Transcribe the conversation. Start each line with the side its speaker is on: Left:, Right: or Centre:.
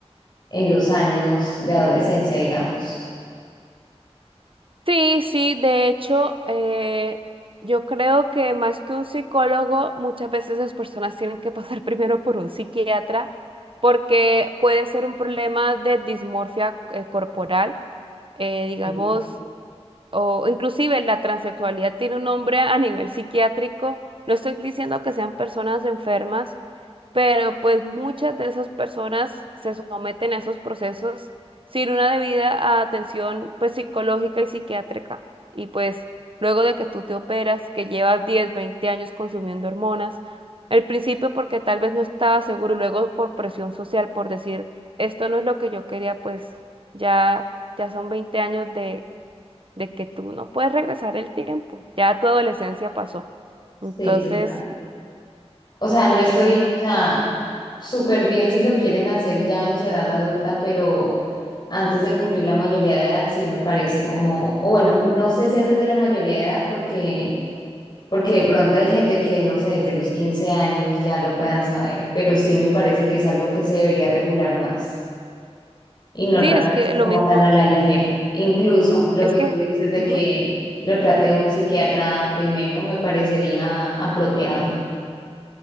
Left: en los años de adolescencia, digamos.
Right: Sí, sí, de hecho, eh, yo creo que más que un psicólogo, muchas veces las personas tienen que pasar <laughs> primero por un psiquiatra porque puede ser un problema de dismorfia, eh, corporal eh, digamos,
Left: Sí,
Right: o inclusive la transexualidad tiene un nombre a nivel psiquiátrico. No estoy diciendo que sean personas enfermas, pero pues muchas de esas personas se someten a esos procesos sin una debida atención pues psicológica y psiquiátrica. Y pues luego de que tú te operas, que llevas 10 20 años consumiendo hormonas, al principio porque tal vez no estaba seguro, y luego por presión social, por decir, esto no es lo que yo quería, pues ya, ya son 20 años de de que tú no puedes regresar el tiempo, ya tu adolescencia pasó. Entonces,
Left: Sí, total. O sea, no estoy,
Right: eh,
Left: o sea, súper bien si lo quieren hacer ya en su edad adulta, pero antes de cumplir la mayoría de edad sí me parece como, o bueno, no sé si antes de la mayoría de edad porque porque de pronto hay gente que no sé, desde los 15 años ya lo puedan saber, pero sí me parece que es algo que se debería regular más y no
Right: sí,
Left: tratarse
Right: es que lo
Left: como
Right: mismo,
Left: tan a la ligera. Incluso lo
Right: es
Left: que
Right: que,
Left: tú dices de
Right: ujú,
Left: que lo trate un psiquiatra primero me parecería apropiado.